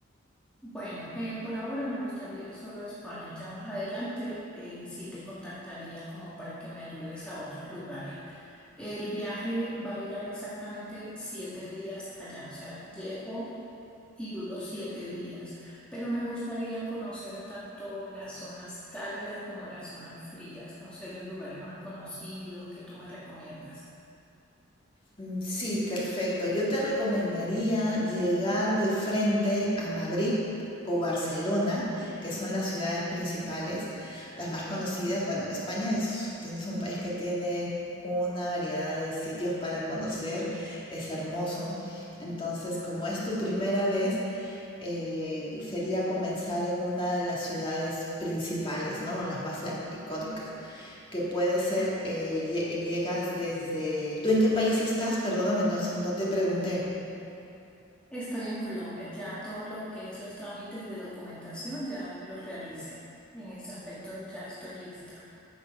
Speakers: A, in the centre; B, on the left.
A: Bueno, eh, por ahora me gustaría ir solo a España. Ya más adelante eh, sí te contactaría como para que me ayudes a otros lugares. El viaje va a durar exactamente siete días allá, o sea, llego y duró siete días, pero me gustaría conocer tanto las zonas cálidas como las zonas frías, no sé, los lugares más conocidos que tú me recomiendas.
B: Mm, Sí, perfecto. Yo te recomendaría llegar de frente a Madrid o Barcelona, que son las ciudades principales, las más conocidas. Bueno, España es, es un país que tiene una variedad de sitios para conocer, es hermoso. Entonces, como es tu primera vez, eh, sería comenzar en una de las ciudades principales, ¿no? Las más eh, icónicas que puede ser, eh, lle- llegas desde... ¿Tú en qué país estás? Perdóname, no, s- no te pregunté.
A: Estoy en Colombia, ya todo lo que es los trámites de documentación ya los realicé. En ese aspecto ya estoy lista.